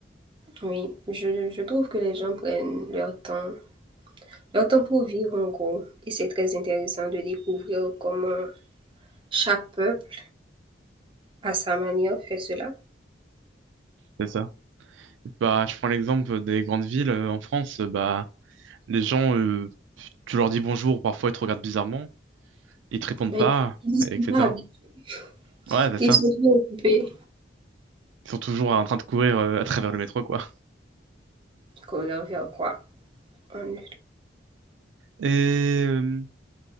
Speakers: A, on the right (about 25°); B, on the right (about 85°).
A: oui, je, je trouve que les gens prennent leur temps Leurs pour vivre en gros. Et c'est très intéressant de découvrir comment chaque peuple, à sa manière, fait cela.
B: C'est ça. Bah, je prends l'exemple des grandes villes euh, en France. Bah, Les gens, euh, tu leur dis bonjour, parfois ils te regardent bizarrement, ils te répondent
A: Ben,
B: pas,
A: ils n'y sont
B: etc.
A: pas habitués.
B: Ouais, c'est ça.
A: Ils sont bien occupés.
B: Ils sont toujours en train de courir euh, à travers le métro, quoi.
A: Courir vers quoi On ne
B: Et euh,